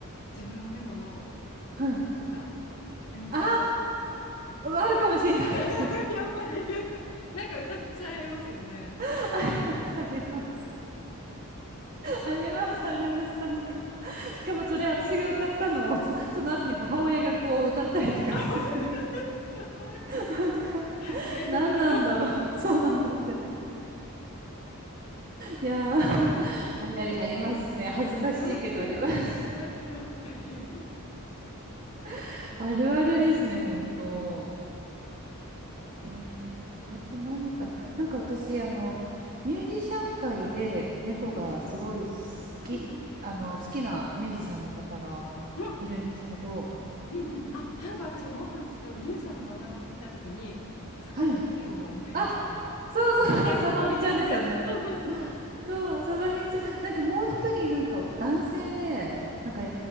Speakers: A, on the left; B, on the right.
A: 自分の猫の
B: うん。
A: 歌、歌いません
B: ああ、あるかもしれないです。
A: <laughs> やっぱり <laughs> なんか歌っちゃいますよね。
B: <laughs> あります、あります。あります、あります。なんか。しかもそれ私が歌ったのを、その後に母親がこう歌ったりとかしてて、
A: あ、本当にかわい
B: なんか。
A: い。
B: 何なんだろう。
A: 連鎖。
B: <laughs> そうなんですよ。いやー、<laughs> あり、
A: うん、
B: ありますね。恥ずかしいけどあります。
A: ありますよね。やっぱり。
B: <laughs> あるあるですね、本当。
A: うん。かわいいな。
B: えー、あと何かな。なんか私、あの、ミュージシャン界で猫がすごい好
A: ミュージシャン
B: き、
A: うんうん。
B: あの、好きなミュージシャンの方が
A: うん
B: いるんですけど、
A: うんうん。あ、なんか私思ったんですけど、ミユさんの名前を見たときに、坂本龍を思い出して。
B: はい。あ、そうそうそう、
A: ね、
B: サバミちゃんですよね。
A: サバミちゃんね。そうそうそう。
B: そう、サバミちゃん。なんかもう一人、なんか男性で、なんか